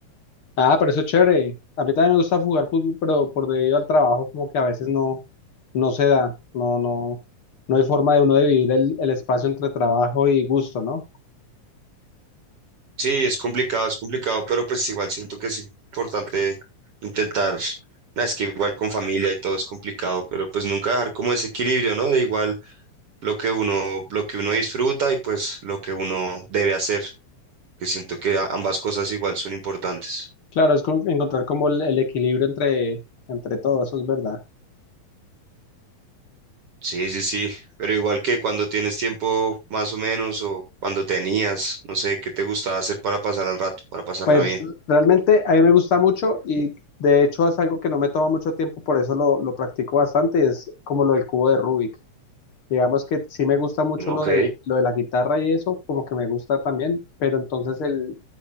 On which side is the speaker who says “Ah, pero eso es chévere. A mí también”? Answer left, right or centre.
Left